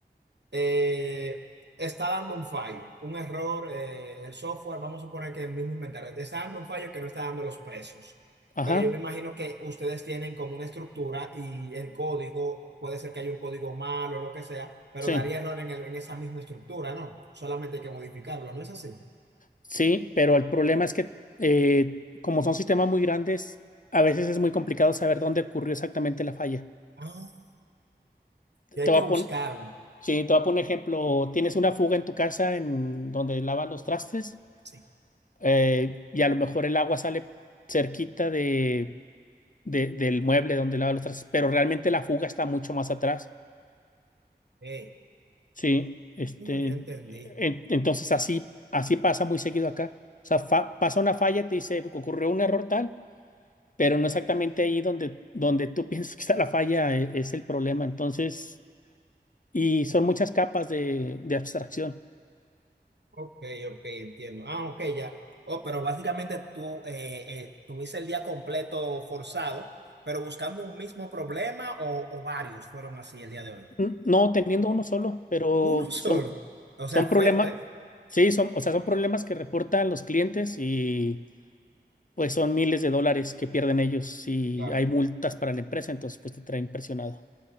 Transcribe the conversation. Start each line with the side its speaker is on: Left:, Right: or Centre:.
Right: eh, está dando un fallo, un error, eh, el software, vamos a suponer que es el mismo inventario, te está dando un fallo que no está dando los precios.
Left: ajá,
Right: Pero yo me imagino que ustedes tienen como una estructura y el código, puede ser que haya un código malo o lo que sea, pero
Left: sí.
Right: daría error en, el- en esa misma estructura, ¿no? Solamente hay que modificarlo, ¿no es así?
Left: Sí, pero el problema es que eh, como son sistemas muy grandes, a veces es muy complicado saber dónde ocurrió exactamente la falla.
Right: Ah, y hay
Left: Te
Right: que
Left: voy
Right: buscarlo.
Left: a poner, sí, te voy a poner un ejemplo, tienes una fuga en tu casa en donde lavas los trastes
Right: Sí.
Left: eh, y a lo mejor el agua sale cerquita de, de- del mueble donde lavas los trastes, pero realmente la fuga está mucho más atrás.
Right: Hey,
Left: Sí, este,
Right: ya entendí.
Left: en- entonces así, así pasa muy seguido acá. O sea, fa- pasa una falla, te dice, ocurrió un error tal. pero no exactamente ahí donde, donde tú <laughs> piensas que está la falla, e- es el problema. Entonces, y son muchas capas de, de abstracción.
Right: Ok, ok, entiendo. Ah, ok, ya. Oh, pero básicamente tú eh, eh, tuviste el día completo forzado, pero buscando un mismo problema o, o varios fueron así el día de hoy.
Left: N- No teniendo uno solo, pero
Right: Uno <laughs> solo.
Left: son,
Right: O sea,
Left: son
Right: fuerte.
Left: problemas, sí, son, o sea, son problemas que reportan los clientes y pues son miles de dólares que pierden ellos y
Right: Claro.
Left: hay multas para la empresa, entonces pues te traen presionado.